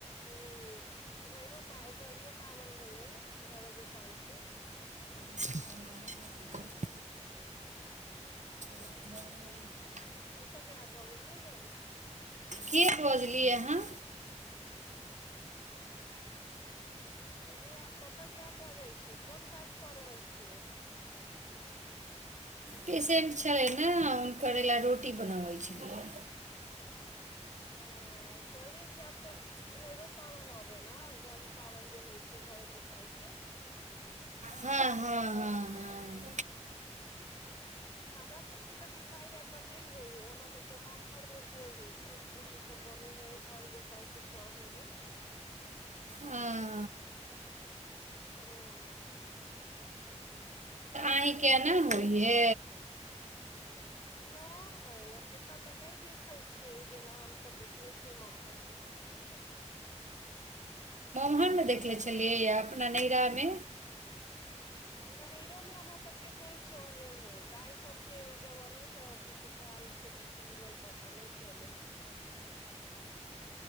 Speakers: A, on the left; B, on the right.
A: उ घरो घड़ी पाबनि होइ है घर गोसाई के
B: ज लोक भ
A: कतऽ गब भऽ गेलियै यै
B: के बोजलियै अहँ
A: कहली अहाँ कतय गप भऽ जाइ छीयै कोन काज कऽ रहल छियै।
B: पेशेन्ट छलै ने हुनकर, एहि लेल रोटी बनबैत छलियै।
A: ओ कहलियै जे आब तऽ घरोमे पाबनि आबि रहल अछि ने, घड़ी पाबनि जे होइत अछि, घर गोसाइँक।
B: हँ हँ हँ हँ
A: हमरा सभके तऽ बुझाइ ह तऽ नहि होइ हय हमरा सभके ममहर मे होइ हय खीर पूरी ई सभ बने हैं घर गोसाई के चढ़े हैं
B: आ
A: ह
B: आइ केना होइये
A: नहि हम एतय तऽ नहि देखे छियै जेना हमस देखने छियै ममहर मे सबके
B: वहन ने देखले छलियै य अपना नैहरा मे
A: <inaudible> नैरो मे हमरा सभके नहि चले हे दइ सभके जमाने सभ कछु भेलल छै। कि की नहि पता नहि चलै ह